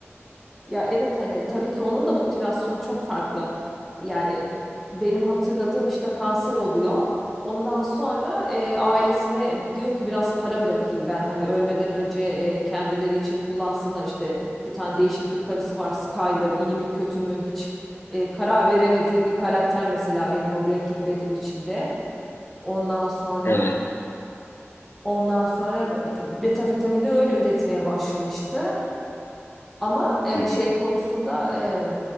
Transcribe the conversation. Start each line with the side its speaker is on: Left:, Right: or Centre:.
Centre: Ya evet hani tabii ki onun da motivasyonu çok farklı. Yani benim hatırladığım işte kanser oluyor. Ondan sonra e, ailesine diyor ki biraz para bırakayım ben hani ölmeden önce e, kendileri için kullansınlar işte bir tane değişik bir karısı var Skyler iyi mi kötü mü hiç e, karar veremediğim bir karakter mesela benim o Breaking Bad'in içinde. Ondan sonra
Left: Evet.
Centre: ondan sonra metafetamini öyle üretmeye başlamıştı. Ama e,
Left: Hı hı.
Centre: şey konusunda e,